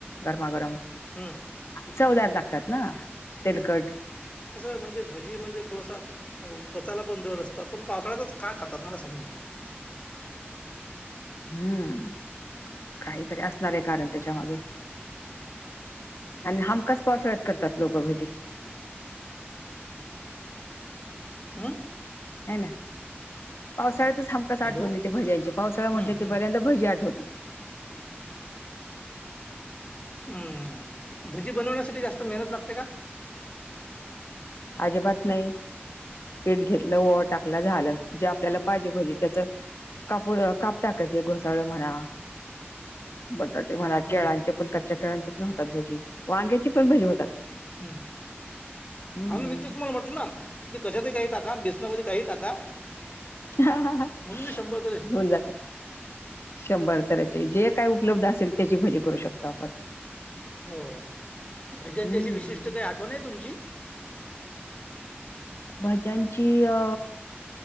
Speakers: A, on the left (about 75°); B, on the left (about 30°).
A: गरमागरम
B: हम्म.
A: चवदार लागतात ना, तेलकट
B: असं, म्हणजे भजी म्हणजे थोडसा पचायला पण जड असतात, पण पावसाळ्यातच काय खातात मला समजतलं
A: हम्म, काहीतरी असणार आहे कारण त्याच्या मागे. आणि हमखास पावसाळ्यात करतात लोक भजी.
B: हं.
A: हे ना, पावसाळ्यातच हमखास आठवण
B: हॅलो
A: येते भज्यांची पावसाळ्या म्हटल
B: हम्म
A: की
B: हम्म
A: भजी आठवत.
B: हम्म, भजी बनवण्यासाठी जास्त मेहनत लागते का
A: अजिबात नाही. पीठ घेतलं व ओवा टाकलं झालं, जे आपल्याला पाहिजे भाजी त्याच कापून काप टाकायचे घोसाळ म्हणा बटाटे म्हणा,
B: हम्म
A: केळांचे पण कच्च्या केळांचे पण होतात भजी, वांग्याची पण भजी होतात.
B: हम,
A: हम्म
B: हाव ना मी तेच तुम्हाला म्हंटलं तू ना, मी कशाातही काही टाका, बेसनामध्ये काही टाका.
A: हा, हा, हा
B: म्हणून मी शंभर तरी
A: होन जात. शंभर तऱ्हेचे, जे काय उपलब्ध असेल त्याची भजी करू शकतो आपण.
B: हो, भाज्यांची
A: हम्म
B: अशी विशिष्ट काही आठवण आहे तुमची?
A: भज्यांची अ